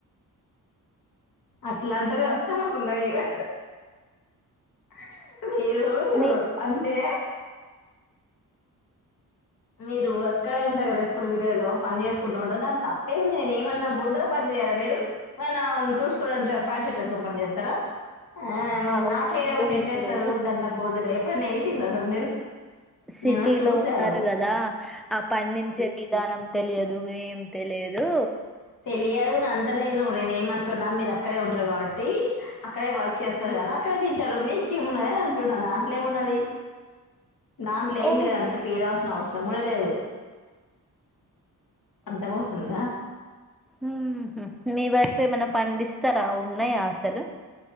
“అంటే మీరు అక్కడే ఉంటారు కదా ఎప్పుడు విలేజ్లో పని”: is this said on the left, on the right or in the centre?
Left